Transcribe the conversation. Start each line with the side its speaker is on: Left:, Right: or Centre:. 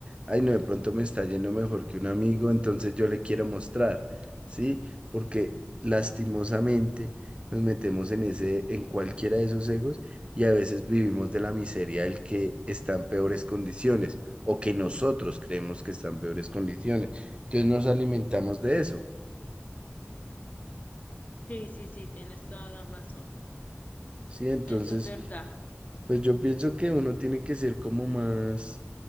Right: ay, no, de pronto me está yendo mejor que un amigo, entonces yo le quiero mostrar, sí, porque lastimosamente nos metemos en ese, en cualquiera de esos egos y a veces vivimos de la miseria del que está en peores condiciones o que nosotros creemos que está en peores condiciones. Entonces nos alimentamos de eso,
Left: sí, sí, sí, tienes toda la razón.
Right: sí, entonces,
Left: Eso es verdad.
Right: pues yo pienso que uno tiene que ser como más